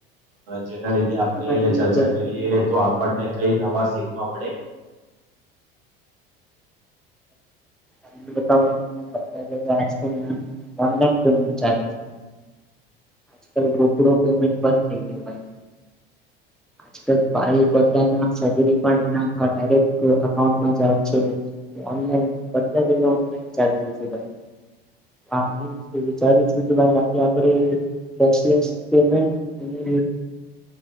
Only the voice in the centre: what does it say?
ભાઈ
તો
હમ્મ બતા બધા જ આજલ ઓનલાન પેમેન્ટ ચાલે છે, આજકાલ રોપડો પેમેન્ટ બંધ થઈ ગયયો ભાઈ આજલ ભ બધા સેલરી પણ એના ડાયરેક્ટ અઉમાં જા છ ઓનલાઈન બધા પલા ઓનલાઈન ચાલ ભાઈ હા હ વિચારી છું કે ભાઈ આજે આપણે કેશલેસ પેમેન્ટ અને